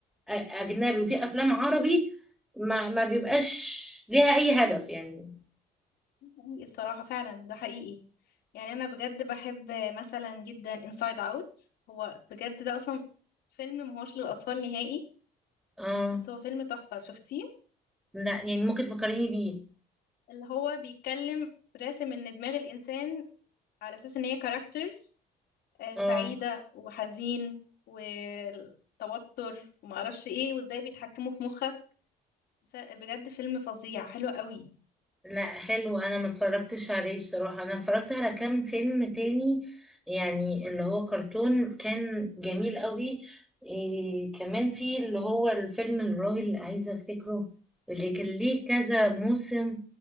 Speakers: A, in the centre; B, on the left (about 75°).
A: أ- اجنبي وفي افلام عربي ما ما بيبقاش ليها اي هدف يعني
B: حقيقي الصراحه فعلا ده حقيقي يعني انا بجد بحب مثلا جدا انسايد اوت هو بجد ده اصلا فيلم ما هوش للاطفال نهائي
A: اه
B: بس هو فيلم تحفه شفتيه
A: لا يعني ممكن تفكريني بيه
B: اللي هو بيتكلم راسم ان دماغ الانسان على اساس ان هي كاركترز سعيده
A: اه
B: وحزين والتوتر وما اعرفش ايه وازاي بيتحكموا في مخك س- بجد فيلم فظيع حلو قوي
A: لا حلو انا ما اتفرجتش عليه بصراحة انا اتفرجت على كام فيلم تاني يعني اللي هو كرتون كان جميل قوي إيه كمان في اللي هو الفيلم الراجل اللي عايزة افتكره اللي كان ليه كذا موسم